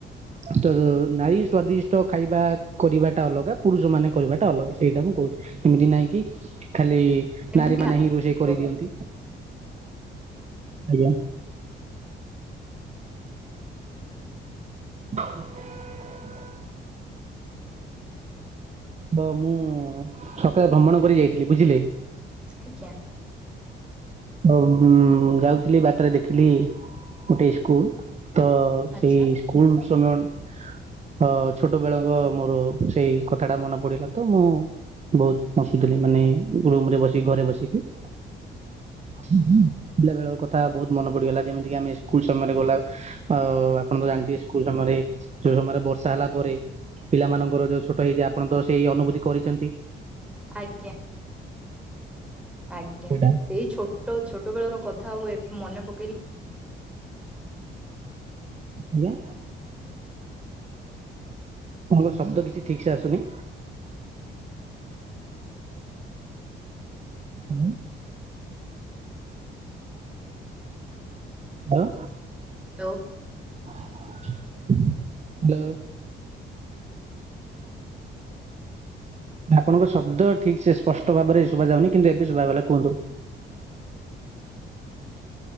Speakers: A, on the right; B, in the centre.
A: ତ ନାରୀ ସ୍ଵାଦିଷ୍ଟ ଖାଇବା କରିବାଟା ଅଲଗା ପୁରୁଷ ମାନେ କରିବାଟା ଅଲଗା ସେଇଟା ମୁଁ କହୁଚି। ଏମିତି ନାଇଁ କି ଖାଲି
B: ଏମିତି
A: ନାରୀମାନେ ହିଁ ରୋଷେଇ
B: ନାଥିବ
A: କରିଦିଅନ୍ତି ଆଜ୍ଞା। <inaudible> ବ ମୁଁ ସକାଳେ ଭ୍ରମଣ କରି ଯାଇଥିଲି ବୁଝିଲେ?
B: ଆଜ୍ଞା।
A: ତ ମୁ ଯାଉଥିଲି ବାଟରେ ଦେଖିଲି ଗୋଟେ ସ୍କୁଲ ତ।
B: ଆଚ୍ଛା
A: ସେଇ ସ୍କୁଲ ସମୟ। ଅ ଛୋଟବେଳ ଙ୍କ ମୋର ସେଇ କଥା ଟା ମନେ ପଡିଲା ତ ମୁଁ। ବହୁତ ହସୁଥିଲି ମାନେ ରୁମରେ ବସିକି ଘରେବସିକି। ପିଲାବେଳର କଥା ବହୁତ। ମନେ ପଡିଗଲା ଯେମିତିକି ଆମେ ସ୍କୁଲ ସମୟରେ ଗଲା ଆପଣ ତ ଜାଣିଥୀବେ ସ୍କୁଲ ସମୟରେ। ଯୋଉ ସମୟରେ ବର୍ଷା ହେଲା ପରେ ପିଲା ମାନଙ୍କର ଯୋଉ ଛୋଟ ହେଇଯାଏ ଆପଣ ତ ସେଇ ଅନୁଭୂତି କରିଚନ୍ତି।
B: ଆଜ୍ଞା ଆଜ୍ଞା
A: ସେଇଟା
B: ସେଇ ଛୋ ଟ ଛୋଟ ବେଳର କଥା ଆଉ ଏବେ ମନେ ପକେଇଲେ
A: ଆଜ୍ଞା।
B: <inaudible>
A: ତମର ଶବ୍ଦ କିଛି ଠିକ୍ ସେ ଆସୁନି। ହାଲୋ। ହାଲୋ।
B: ହାଲୋ।
A: ହାଲୋ। ଆପଣଙ୍କ ଶବ୍ଦ ଠିକ୍ ସେ ସ୍ପଷ୍ଟ ଭାବରେ ଶୁଭା ଯାଉନି କିନ୍ତୁ ଏବେ ଶୁଭା ଗଲା। କୁହନ୍ତୁ।